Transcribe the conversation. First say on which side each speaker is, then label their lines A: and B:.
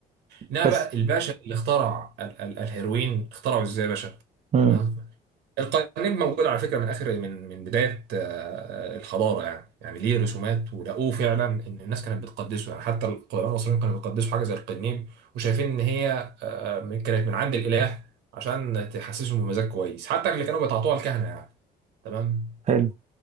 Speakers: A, on the right; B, on the right.
A: انما
B: بس
A: بقى الباشا اللي اخترع ال ال الهيروين اخترعه ازاي يا باشا
B: مم.
A: تمام القليب موجود على فكرة من آخر من من بداية آه، الحضارة يعني يعني ليه رسومات ولقوه فعلا إن الناس كانت بتقدسه يعني حتى القدماء المصريين كانوا بيقدسوا حاجة زي القنيب وشايفين إن هي آه، من- كانت من عند الإله عشان تحسسهم بمزاج كويس حتى اللي كانوا بيتعاطوها الكهنة يعني تمام
B: حلو